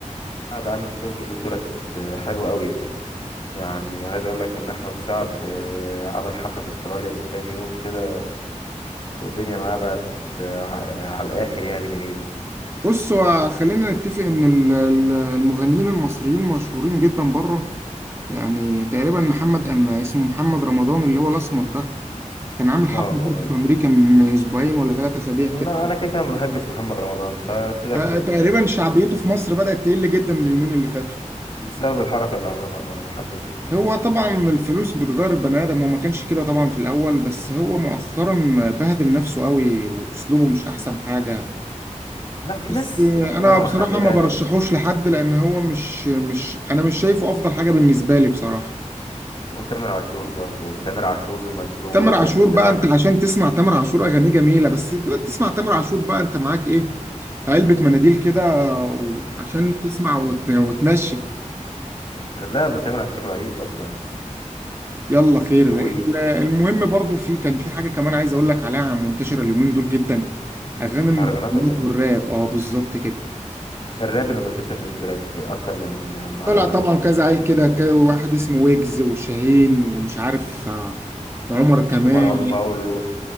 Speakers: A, on the left (about 45°); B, on the right (about 20°).
A: عامل شغل من دولت آه، حلو قوي يعني عايز أقول لك إن أحمد سعد آه، عمل حفلة في استراليا من كام يوم كده والدنيا معاه بقت آه، على الآخر يعني جميلة
B: بص هو خلينا نتفق ان ال- ال- المغنيين المصريين مشهورين جدا بره يعني تقريبا محمد اما اسمه محمد رمضان اللي هو الاسمر ده كان عامل حفله
A: اه
B: برضه
A: اه
B: في امريكا من اسبوعين ولا ثلاث اسابيع كده
A: لا أنا كده كده ما بحبش محمد رمضان فسيبك
B: آه،
A: منه
B: تقريبا
A: يعني
B: شعبيته في مصر بدأت تقل جدا اليومين اللي فاتوا
A: بسبب الحركة اللي عملها آه، محدش آه.
B: هو طبعا الفلوس بتغير البني ادم وما كانش كده طبعا في الاول بس هو مؤخرا بهدل نفسه قوي واسلوبه مش احسن حاجه
A: لا في
B: بس
A: ناس
B: انا
A: محترمة
B: بصراحه
A: خلي بالك
B: ما برشحوش لحد لان هو مش مش انا مش شايفه افضل حاجه بالنسبه لي بصراحه
A: وتامر عاشور برضو تامر عاشور مظلوم
B: تامر
A: برضو
B: عاشور
A: يعني
B: بقى
A: تامر عاشور
B: انت عشان تسمع تامر عاشور اغانيه جميله بس دلوقتي تسمع تامر عاشور بقى انت معاك ايه علبه مناديل كده عشان تسمع وت- وتنشف
A: لا ابو تامر عاشور رهيب اصلا
B: يلا خير
A: وإلي
B: ال- المهم برضو في كان في حاجة كمان عايز اقول لك عليها منتشرة اليومين دول جدا اغاني المهرجانات
A: المهرجانات ولا ايه
B: والراب اه بالظبط كده
A: الراب اللي منتشر اليومين دولت اكتر من المهرجانات
B: طلع طبعا
A: خد
B: كذا
A: بالك
B: عيل كده كا- واحد اسمه ويجز وشاهين ومش عارف آه، عمر كمال
A: ومروان بابلو